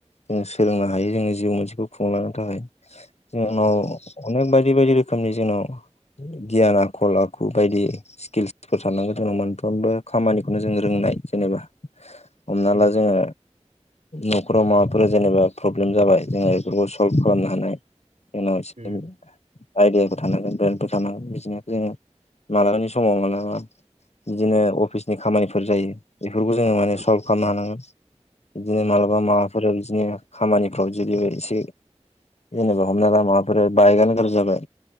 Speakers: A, on the left; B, on the right.
A: जों सोलोंनो हायो जोङो जिउ मोनसेखौ खुंलांनो थाखाय। जोंनाव
B: उम
A: अनेक बायदि बायदि रोखोमनि जोंनाव। गियान आखल आखु बायदि स्किल्सफोर थानांगो जोंनाव मोनफ्रोमबो खामानिखौनो जों रोंनाय। जेनेबा हमना
B: उम
A: ला जोङो न'खराव माबाफोर जेनेबा प्रब्लेम जाबाय जोङो बेफोरखौ सल्भ खालामनो हानाय जोंनाव एसे
B: उम
A: आइडियाफोर थानांगोन ब्रेन्फोर थानांगोन बिदिनिखौ जोङो मालाबानि समाव मालाबा बिदिनो अफिसनि खामानिफोर जायो बेफोरखौ जोङो माने
B: औ
A: सल्भ खालामनो हानांगोन बिदिनो
B: औ
A: मालाबा माबाफोर बिदिनो खामानिफ्राव जुदि एसे जेनबा हमना दा माबाफोर बायगानो गाज्रि जाबाय